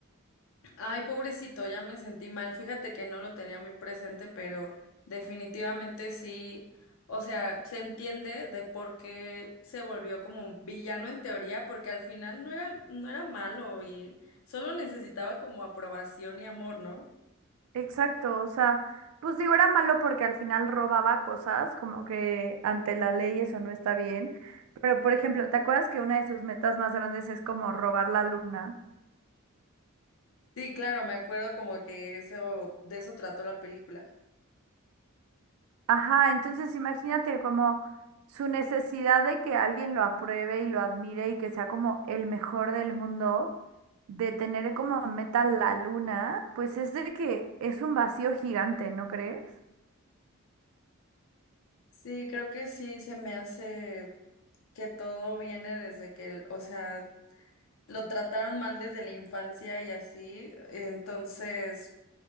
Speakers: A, on the left; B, on the right.
A: Ay, pobrecito, ya me sentí mal. Fíjate que no lo tenía muy presente, pero definitivamente sí, o sea, se entiende de por qué se volvió como un villano en teoría, porque al final no era, no era malo y solo necesitaba como aprobación y amor, ¿no?
B: Exacto, o sea, pues digo, era malo porque al final robaba cosas, como que ante la ley eso no está bien. Pero, por ejemplo, ¿te acuerdas que una de sus metas más grandes es como robar la luna?
A: Sí, claro, me acuerdo como que eso, de eso trató la película.
B: Ajá, entonces imagínate como su necesidad de que alguien lo apruebe y lo admire y que sea como el mejor del mundo, de tener como meta la luna, pues es de que es un vacío gigante, ¿no crees?
A: Sí, creo que sí se me hace que todo viene desde que, el- o sea, lo trataron mal desde la infancia y así, entonces